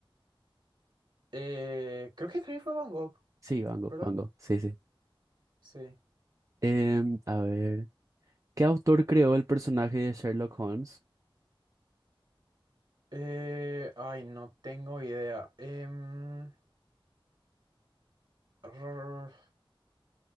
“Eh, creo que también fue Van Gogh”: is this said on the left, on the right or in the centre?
Right